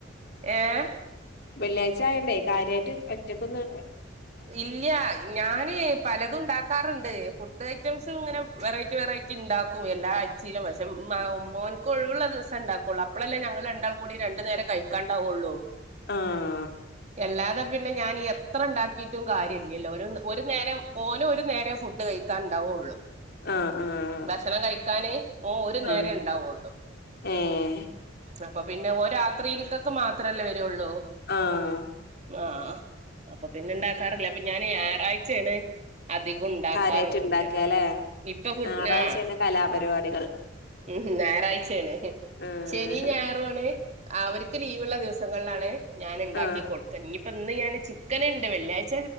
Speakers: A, on the right (about 35°); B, on the left (about 55°).
A: ഏ.
B: വെള്ളിയാഴ്ച ആയണ്ടേ കാര്യമായിട്ട് ഒറ്റക്കന്ന്
A: ഇല്ല ഞാൻ. പലതും ഉണ്ടാക്കാറുണ്ട് ഫുഡ് ഐറ്റംസ് ഇങ്ങനെ വെറൈറ്റി വെറൈറ്റി ഉണ്ടാക്കും എല്ലാ ആഴ്ചലും. ചില പക്ഷേ മോനക്ക് ഒഴിവുള്ള ദിവസം ഉണ്ടാക്കുള്ളൂ അപോയല്ലേ ഞങ്ങൾ രണ്ടാളും കൂടി രണ്ട് നേരം കഴിക്കും. കണ്ട ഉള്ളു.
B: ആഹ്.
A: അല്ലാതെ പിന്നെ ഞാനീ എത്ര ഉണ്ടാക്കി്. റ്റും കാര്യം ഇില്ലല്ലോ ഒരു ഒരു നേരം ഓനും ഒരു നേരം ഫുഡ് കഴിക്കാൻ ഉണ്ടാവുള്ളൂ.
B: ആഹ് ആഹ്
A: ഭക്ഷണം കഴിക്കാന് ഓൻ ഒരു നേരെ
B: ആഹ്
A: ഉണ്ടാവള്ളു.
B: ഏഹ്
A: അപ്പൊ പിന്നെ ഓ രാത്രിൽക്കൊക്കെ മാത്രമല്ലേ വരുള്ളൂ.
B: ആഹ്.
A: ആഹ് അപ്പൊ പിന്നെ ഇണ്ടാക്കാറില്ല അപ്പൊ ഞാാന് ഞായറാഴ്ചേണ് അധികം ഉണ്ടാക്കാറ്
B: കാര്യായിട്ട്
A: ഫുഡ്
B: ഇണ്ടാക്കാല്ലേ
A: ഇപ്പൊ ഫുഡ്
B: ഞായറാഴ്ചയാണ്
A: ആ
B: കലാപരിപാടികൾ
A: ഉം ഞായറാഴ്ചയാണ്
B: ആഹ്
A: ശനി ഞായറും ആണ് അവർക്ക് ലീവുള്ള ദിവസങ്ങളിലാണ് ഞാന് ഇണ്ടാക്കി
B: ആഹ്
A: കൊടുക്ക ഇനിയിപ്പ ഇന്ന് ഞാന് ചിക്കനുണ്ട് വെള്ളിയാഴ് ച്ച